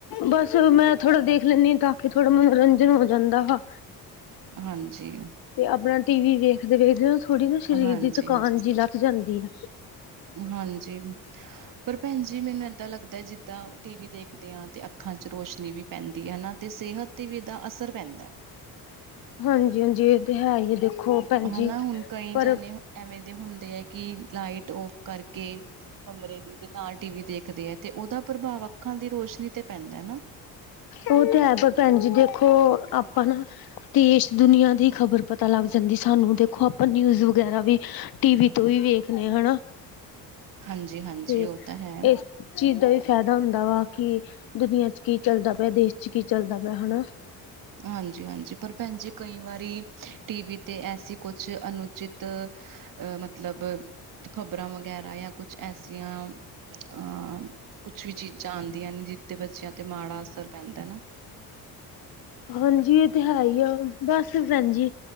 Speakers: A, on the left; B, on the right.
A: ਬਸ ਮੈਂ ਥੋੜਾ ਦੇਖ ਲੈਂਨੀ ਆ ਤਾਂ ਕੇ ਥੋੜਾ ਮਨੋਰੰਜਨ ਹੋ ਜਾਂਦਾ। ਹਾ
B: ਹਾਂਜੀ।
A: ਤੇ ਆਪਨਾ ਟੀਵੀ ਵੇਖਦੇ-ਵੇਖਦੇ ਨਾ ਥੋੜੀ ਨਾ ਸਰੀਰ
B: ਹਾਂਜੀ
A: ਦੀ ਥਕਾਨ
B: ਹਾਂਜੀ
A: ਜੀ ਲੱਥ ਜਾਂਦੀ ਐ।
B: ਹਾਂਜੀ, ਪਰ ਭੈਨ ਜੀ ਮੈਨੂੰ ਏਦਾਂ ਲੱਗਦਾ ਜਿੱ ਤਾਂ ਟੀਵੀ ਦੇਖਦੇ ਆਂ ਤੇ ਅੱਖਾਂ ਚ ਰੋਸ਼ਨੀ ਵੀ ਪੈਂਦੀ ਐ ਨਾ ਤੇ ਸੇਹਤ ਤੇ ਵੀ ਏਦਾ ਅਸਰ ਪੈਂਦਾ।
A: ਹਾਂਜੀ-ਹਾਂਜੀ ਇਹ ਤੇ ਹੈ ਹੀ ਦੇਖੋ ਭੈਣ ਜੀ
B: ਹਨਾ ਹੁਨ ਕਈ
A: ਪਰ
B: ਜਾਨੇ ਐਵੇਂ ਦੇ ਹੁੰਦੇ ਐ ਕੀ ਲਾਈਟ ਔਫ ਕਰਕੇ ਕਮਰੇ ਦੀ ਤੇ ਤਾਂ ਟੀਵੀ ਦੇਖਦੇ ਆ ਤੇ ਓਦਾ ਪ੍ਰਭਾਵ ਅਪ ਅੱਖਾਂ ਦੀ ਰੋਸ਼ਨੀ ਤੇ ਪੈਂਦਾ ਨਾ।
A: ਓ ਤੇ ਹੈ ਪਰ ਭੈਨ ਜੀ ਦੇਖੋ ਆਪਾਂ ਨਾ ਦੇਸ਼ ਦੁਨੀਆਂ ਦੀ ਖ਼ਬਰ ਪਤਾ ਲੱਗ ਜਾਂਦੀ ਐ ਸਾਨੂੰ ਦੇਖੋ ਆਪਾਂ ਨਿਊਜ਼ ਵਗੈਰਾ ਵੀ ਟੀਵੀ ਤੋਂ ਈ ਵੇਖਨੇ ਆ ਹਨਾ।
B: ਹਾਂਜੀ ਹਾਂਜੀ
A: ਤੇ
B: ਉਹ ਤਾਂ ਹੈ
A: ਏਸ ਚੀਜ਼ ਦਾ ਵੀ ਫੈਦਾ ਹੁੰਦਾ ਵਾ ਕੀ ਦੁਨੀਆਂ ਚ ਕੀ ਚੱਲਦਾ ਪਿਆ ਦੇਸ਼ ਚ ਕੀ ਚੱਲਦਾ ਪਿਆ ਹਨਾ
B: ਹਾਂਜੀ-ਹਾਂਜੀ ਪਰ ਭੈਨ ਜੀ ਕਈ ਵਾਰੀ ਟੀਵੀ ਤੇ ਐਸੀ ਕੁਛ ਅਨੁਚਿਤ ਅ ਮਤਲਬ ਖ਼ਬਰਾਂ ਵਗੈਰਾ ਜਾਂ ਕੁਛ ਐਸੀਆਂ ਆਂ ਕੁਛ ਵੀ ਚੀਜ਼ਾਂ ਆਂਦੀਆਂ ਨੇ ਜਿਦੇ ਤੇ ਬੱਚੇਆਂ ਤੇ ਮਾੜਾ ਅਸਰ ਪੈਂਦਾ ਨਾ।
A: ਹਾਂਜੀ ਏ ਤੇ ਹੈਈ ਆ ਬਸ ਭੈਨ ਜੀ